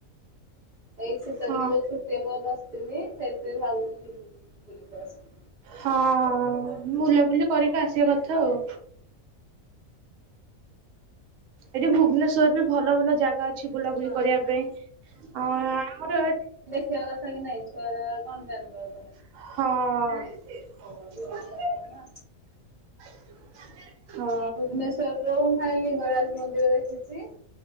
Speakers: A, on the right; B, on the right.
A: ଏଇ ଶୀତ
B: ହଁ
A: ଦିନା ଯୋଉ ଛୁଟିହେବ ଦଶଦିନୀ ସେଇଥିରେ ଭାବିଛୁ ଯିବୁ ବୁଲିକି ଆସିବୁ।
B: ହଁ ବୁଲାବୁଲି କରିକି ଆସିବା କଥା ଆଉ। ଏଠି ଭୁବନେଶ୍ଵରେ ବି ଭଲ ଭଲ ଜାଗା ଅଛି। ଅଛି ବୁଲାବୁଲି
A: ହଁ
B: କରିବା ପାଇଁ ଏ ଆମର
A: କ୍ଷ କଥା କି ନାଇଁ ଛୁଆର କଣ ଜାଣିବେ ଆଉ। ତାହେଲେ।
B: ହଁ
A: ଦେଖିବା କଥା ନା
B: ହଁ
A: ଭୁବନେଶ୍ବର ରୁ ମୁଁ ଖାଲି ଲିଙ୍ଗରାଜ ମନ୍ଦିର ଦେଖିଛି।